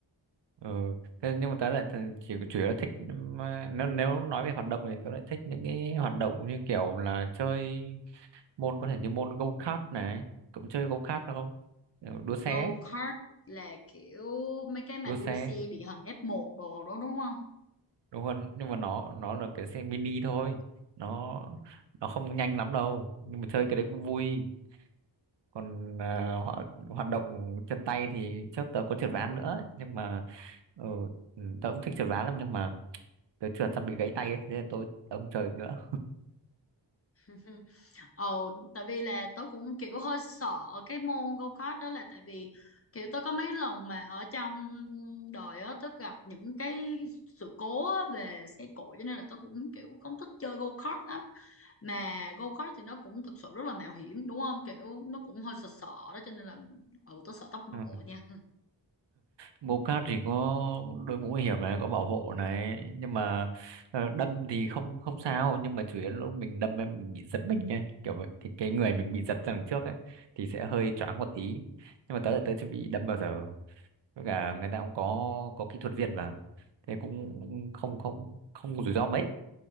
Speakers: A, on the right; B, on the left.
A: Ờ thế nhưng mà tớ lại th- chỉ chủ yếu là thích mà nếu nếu nói về hoạt động thì tớ lại thích những cái hoạt động như kiểu là chơi môn có thể như môn go-kart này, cậu chơi go-kart được không? Kiểu Đua xe,
B: Go
A: ấy,
B: kart là kiểu mấy cái mà
A: đua
B: đua
A: xe.
B: xe địa hình F1 đồ đó đúng không?
A: Đúng không? Nhưng mà nó nó là cái xe mini thôi. Nó nó không nhanh lắm đâu, nhưng mà chơi cái đấy cũng vui. còn ờ, họ hoạt động chân tay thì trước tớ có trượt ván nữa nhưng mà ờ, ừ, tớ cũng thích trượt ván lắm nhưng mà tớ trượt xong bị gãy tay ấy, nên là tôi tớ không chơi được nữa
B: <laughs> Ồ, tại vì là tôi cũng kiểu hơi sợ cái môn go kart đó là tại vì kiểu tôi có mấy lần mà ở trong đời á tôi gặp những cái sự cố á về xe cộ cho nên là tôi cũng kiểu không thích chơi go kart lắm mà go kart thì nó cũng thực sự rất là mạo hiểm đúng không kiểu nó cũng hơi sợ sợ đó cho nên là ừ tôi sợ tốc độ
A: ừ.
B: nha
A: Bobcat thì có đội mũ bảo hiểm này có bảo hộ này nhưng mà ờ, đâm thì không không sao nhưng mà chủ yếu là lúc mình đâm ấy, mình bị giật mình ấy kiểu vậy. thì cái người mình bị giật ra đằng trước ấy thì sẽ hơi choáng một tí nhưng mà tớ là tớ chưa bị đâm bao giờ với cả người ta cũng có có kỹ thuật viên mà thế cũng không không không rủi ro mấy